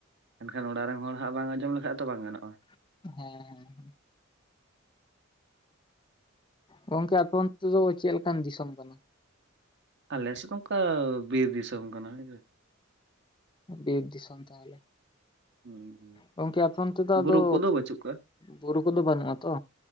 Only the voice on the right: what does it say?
ᱮᱱᱠᱷᱟᱱ ᱚᱲᱟᱜ ᱨᱮᱱ ᱦᱚᱲ ᱦᱟᱸᱜ ᱵᱟᱝ ᱟᱸᱡᱚᱢ ᱞᱮᱠᱷᱟᱡ ᱛᱚ ᱵᱟᱝ ᱜᱟᱱᱚᱜᱼᱟ᱾
ᱟᱞᱮᱥᱮᱫ ᱱᱚᱝᱠᱟ ᱵᱤᱨ ᱫᱤᱥᱚᱢ ᱠᱟᱱᱟ ᱦᱮᱸᱥᱮ᱾
ᱦᱩᱸ
ᱵᱩᱨᱩ ᱠᱚᱫᱚ ᱵᱟᱹᱪᱩᱜ ᱠᱟᱜᱼᱟ